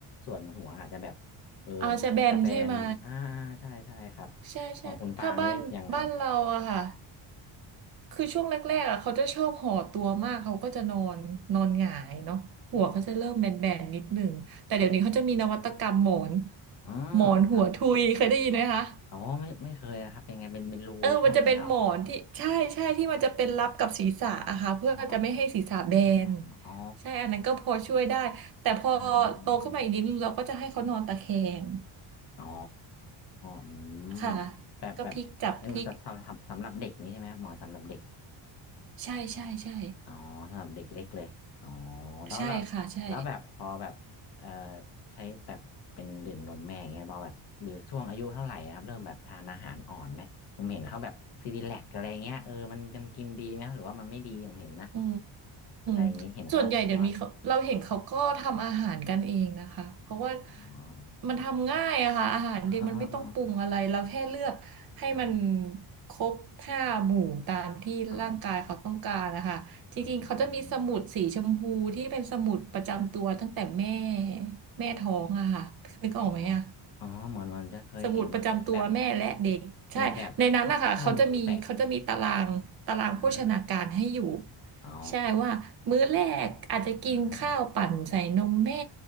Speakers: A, on the left (about 50°); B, on the right (about 50°).
A: ส่วนหัวอาจจะแบบเออมันอาจจะแบนอ่า
B: อาจจะแบนใช่ไหม
A: ใช่ใช่ครับ
B: ใช่ใช่ถ้าบ้านบ้านเราอะค่ะ
A: ของคุณปางนี่ยังไง
B: คือช่วงแรกๆอะเขาจะชอบห่อตัวมากเขาก็จะนอนนอนหงายเนาะหัวเขาจะเริ่มแบนๆนิดหนึ่งแต่เดี๋ยวนี้เขาจะมีนวัตกรรมหมอน
A: อืมอ๋อ
B: หมอนหัวทุยเคยได้ยินไหมคะ
A: ครับอ๋อไม่ไม่เคยนะครับเป็นไงเป็นเป็นรูช่องเนี่ยเหรอ
B: เออมันจะเป็นหมอนที่ใช่ใช่ที่มันจะเป็นรับกับศีรษะอะค่ะเพื่อจะไม่ให้ศีรษะแบน
A: อ๋ออ๋ออ๋อ
B: ใช่อันนั้นก็พอช่วยได้แต่พอโตขึ้นมาอีกนิดนึงเราก็จะให้เขานอนตะแคง
A: อืมอืมอืม อ๋ออืม
B: ค่ะ
A: แบบแบบเป็นสำสำสำสำหรับเด็กนี้ใช่ไหมครับหมอสำหรับเด็ก
B: ก็พลิกจับพลิกใช่ใช่ใช่
A: อ๋อสำหรับเด็กเล็กเลยอ๋อแล้วแบบแล้วแบบพอแบบเอ่อ
B: ใช่ค่ะใช่
A: ใช้แบบเป็นดื่มนมแม่อย่างเงี้ยพอแบบหรือช่วงอายุเท่าไหร่ครับเริ่มแบบทานอาหารอ่อนไหมผมเห็นเขาแบบซีดีแลกอะไรเงี้ยเออมันกันกินดีไหมครับหรือว่ามันไม่ดีผมเห็นนะ
B: อื
A: อะไรอย่างงี้เห็นเขาป้อน
B: มส่วนใหญ่เดี๋ยวนี้เขาเราเห็นเขาก็ทำอาหารกันเองนะคะเพราะว่า
A: อ๋อ
B: มันทำง่ายอะค่ะอาหารเด็กมันไม่ต้องปรุงอะไรเราแค่เลือกให้มัน
A: อ๋ออ๋ออ๋ออ๋อ
B: ครบห้าหมู่ตามที่ร่างกายเขาต้องการนะคะจริงๆเขาจะมีสมุดสีชมพูที่เป็นสมุดประจำตัวตั้งแต่แม่
A: อ๋ออ๋อ
B: แม่ท้องอะค่ะนึกออกไหมอะ
A: อ๋ออ๋อเหมือนเหมันจะเคยเห็นมีแบบ
B: สมุดประจำตัวแม่และเด็กใช่ในนั้นนะคะเขาจะมีเขาจะมีตารางตารางโภชนาการให้อยู่
A: มีแบบข้อข้อมือแปะอ่าอ๋อ
B: ใช่ว่ามื้อแรกอาจจะกินข้าวปั่นใส่นมแม่
A: อ่าอ่าอ่า